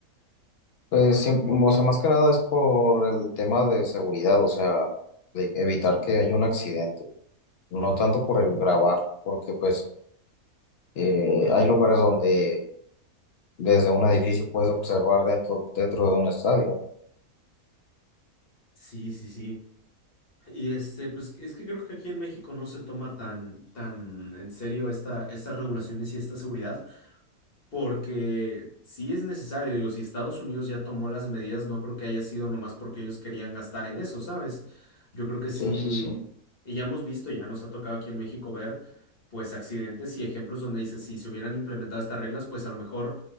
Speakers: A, on the left; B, on the left.
A: Pues, sí, o sea, más que nada es por el tema de seguridad, o sea, de evitar que haya un accidente, no tanto por el grabar, porque pues eh, hay lugares donde desde un edificio puedes observar dentro, dentro de un estadio.
B: Sí, sí, sí. Y este, pues es que creo que aquí en México no se toma tan, tan en serio esta, estas regulaciones y esta seguridad. Porque sí es necesario, digo, si Estados Unidos ya tomó las medidas, no creo que haya sido nomás porque ellos querían gastar en eso, ¿sabes? Yo creo que sí,
A: Sí, sí, sí.
B: y ya hemos visto, ya nos ha tocado aquí en México ver, pues, accidentes y ejemplos donde dice, si se hubieran implementado estas reglas, pues a lo mejor